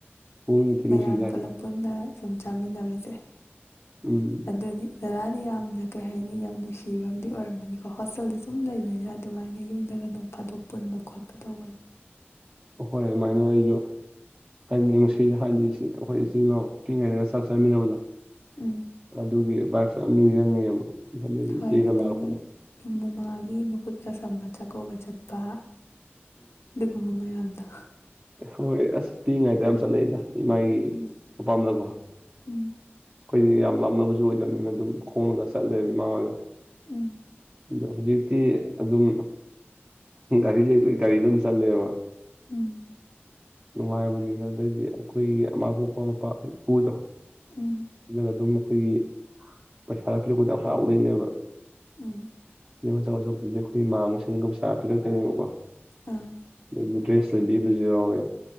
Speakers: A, on the right; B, on the left.
A: ꯄꯨꯛꯅꯤꯡ ꯊꯤ
B: ꯃꯌꯥꯝ
A: ꯅꯨꯡꯁꯤꯖꯥꯠꯅꯤ
B: ꯄꯨꯂꯞ ꯄꯨꯟꯅ ꯁꯨꯝ ꯆꯥꯃꯤꯟꯅꯕꯁꯦ
A: ꯎꯝ
B: ꯑꯗꯨꯗꯤ ꯖꯗꯥꯥꯗꯤ ꯌꯥꯝꯅ ꯀꯩ ꯍꯥꯏꯅꯤ ꯌꯥꯝ ꯅꯨꯡꯁꯤꯕ ꯑꯃꯗꯤ ꯑꯣꯏꯔꯝꯒꯅꯤꯀꯣ ꯍꯣꯁꯇꯦꯜꯗ ꯁꯨꯝ ꯂꯩꯕꯅꯤꯅ ꯑꯗꯨꯃꯥꯏꯅ ꯌꯨꯝꯗꯒ ꯑꯗꯨꯝ ꯐꯥꯗꯣꯛ ꯄꯨꯟꯕ ꯈꯣꯠꯄ ꯇꯧꯕꯁꯦ
A: ꯑꯩꯈꯣꯏ ꯑꯗꯨꯃꯥꯏꯅ ꯑꯩꯁꯨ ꯍꯥꯏꯅꯤꯡꯉꯁꯤ ꯍꯥꯏꯗꯤ ꯑꯩꯈꯣꯏ ꯏꯆꯤꯜ ꯏꯅꯥꯎ ꯄꯤꯉꯔꯤꯒ ꯆꯥꯛ ꯆꯥꯃꯤꯟꯅꯕꯗꯣ
B: ꯎꯝ
A: ꯑꯗꯨꯒꯤ <unintelligible> ꯏ ꯑꯗꯨꯝ ꯆꯪꯅꯤꯑꯕ
B: ꯍꯣꯏ ꯑꯗꯒꯤ
A: <unintelligible>
B: ꯃꯃꯥꯒꯤ ꯃꯈꯨꯠꯀ ꯁꯝꯃ ꯆꯥꯛꯀꯧꯕ ꯆꯠꯄ ꯗꯤꯒꯨꯝꯕ ꯃꯥꯗ
A: ꯍꯣꯏ ꯑꯁ ꯄꯤꯛꯏꯉꯩꯗ ꯌꯥꯝ ꯆꯠꯂꯛꯏꯗ ꯏꯃꯥꯒꯤ
B: ꯎꯝ
A: ꯃꯄꯥꯝꯅꯀꯣ ꯑꯩꯈꯣꯏꯗꯤ
B: ꯎꯝ
A: ꯌꯥꯝ ꯂ ꯈꯪꯅꯕꯁꯨ ꯑꯣꯏꯗꯕꯅꯤꯅ ꯑꯗꯨꯝ ꯈꯣꯡꯉꯒ ꯆꯠꯂꯦꯕ ꯏꯃꯥ ꯍꯣꯏꯒ
B: ꯎꯝ
A: ꯑꯗꯣ ꯍꯧꯖꯤꯛꯇꯤ ꯑꯗꯨꯝ ꯒꯥꯔꯤ ꯂꯩꯕꯒꯤ ꯒꯥꯔꯤ ꯑꯗꯨꯝ ꯆꯠꯂꯦꯕ
B: ꯎꯝ
A: ꯅꯨꯡꯉꯥꯏꯕꯅꯤꯅ ꯑꯗꯩꯗꯤ ꯑꯩꯈꯣꯏꯒꯤ ꯑꯃꯥ ꯄꯣꯛꯄ ꯃꯄꯥ ꯏꯄꯨꯗꯣ
B: ꯎꯝ
A: ꯑꯗꯨꯝ <unintelligible> ꯑꯩꯈꯣꯏꯒꯤ ꯄꯩꯁꯥ ꯒ ꯄꯤꯔꯛꯄꯗ ꯍꯔꯥꯎꯗꯣꯏꯅꯦꯕꯅꯤ
B: ꯎꯝ ꯎꯝ
A: <unintelligible> ꯀ ꯁꯒꯣꯁꯨꯣ ꯑꯗꯨꯗꯤ ꯑꯩꯈꯣꯏ ꯏꯃ ꯃꯁꯤꯡꯅ ꯀꯁꯥ ꯄꯤꯔꯛꯇꯣꯏꯅꯦꯕꯀꯣ <unintelligible>
B: ꯑꯥ
A: <unintelligible> ꯁꯦꯕꯤꯕꯨꯖꯤ ꯌꯥꯦ